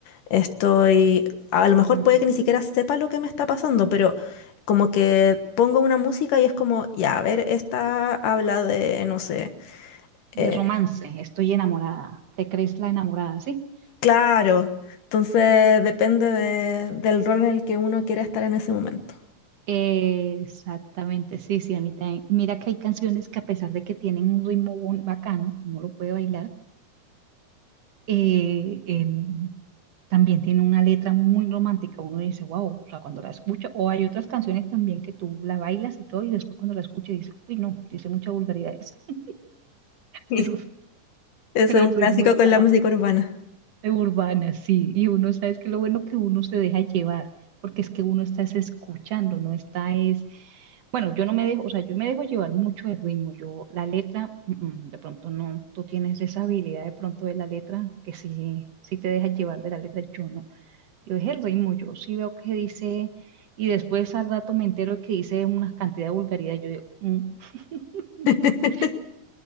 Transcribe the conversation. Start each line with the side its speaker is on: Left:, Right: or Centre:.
Left: estoy, a lo mejor
Right: mm,
Left: puede que ni siquiera sepa lo que me está pasando, pero como que pongo una música y es como, ya, a ver, esta habla de, no sé,
Right: de
Left: eh,
Right: romance, estoy enamorada, te crees la enamorada, ¿sí?
Left: claro, entonces depende de- del rol en el que uno quiera estar en ese momento.
Right: Exactamente, sí, sí, a mí también. Mira que hay canciones que a pesar de que tienen un ritmo bon- bacano, como lo puede bailar, eh, el- también tiene una letra muy romántica. Uno dice, wow, o sea, cuando la escucha, o hay otras canciones también que tú la bailas y todo, y después cuando la escuchas dice, uy, no, dice muchas vulgaridades, <laughs>
Left: <laughs>
Right: pero,
Left: Eso
Right: pero
Left: es un
Right: el
Left: clásico
Right: ritmo está
Left: con la música urbana.
Right: Urbana, sí, y uno sabe que lo bueno que uno se deja llevar, porque es que uno está es escuchando, no está es, bueno, yo no me dejo, o sea, yo me dejo llevar mucho el ritmo, yo la letra, mm, mm, de pronto no, tú tienes esa habilidad de pronto de la letra, que sí, sí te dejas llevar de la letra, yo no, yo es el ritmo, yo sí veo que dice, y después al rato me entero que dice una cantidad de vulgaridad, yo digo, "Mm, <laughs>
Left: <laughs>